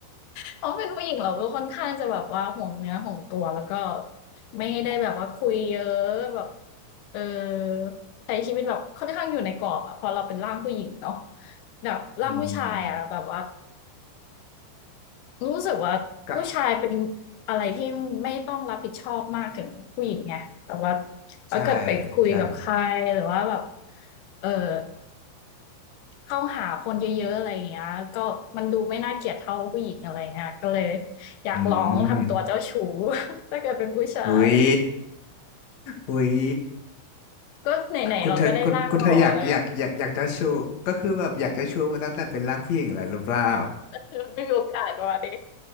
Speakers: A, on the left; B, on the left.
A: เพราะเป็นผู้หญิงเราก็ค่อนข้างจะแบบว่าห่วงเนื้อห่วงตัวแล้วก็ไม่ได้แบบว่าคุยเยอะแบบเออใช้ชีวิตแบบค่อนข้างอยู่ในกรอบอะพอเราเป็นร่างผู้หญิงเนาะแบบร่างผู้ชายอะแบบว่า
B: อืม
A: รู้สึกว่าผู้ชายเป็น
B: ก็
A: อะไรที่ไม่ต้องรับผิดชอบมากถึงผู้หญิงไงแบบว่าถ้าเกิดไปคุยกับใครหรือว่าแบบ
B: ใช่ใช่
A: เออ เข้าหาคนเยอะๆอะไรอย่างเงี้ยก็มันดูไม่น่าเกลียดเท่าผู้หญิงอะไรเงี้ยก็เลยอยากลองทำตัวเจ้าชู้
B: อืม
A: <laughs> ถ้าเกิดเป็นผู้ชาย
B: อุ๊ยอุ๊ย
A: ก็ไหนๆเราก็ได้ร่างหล่อแล้วไง
B: คุณเธอคุณคุณเธออยากอยากอยากอยากจะชูก็คือแบบอยากจะชูมาตั้งแต่เป็นร่างผู้หญิงแล้วหรือเปล่า
A: <laughs> ไม่มีโอกาสประมาด้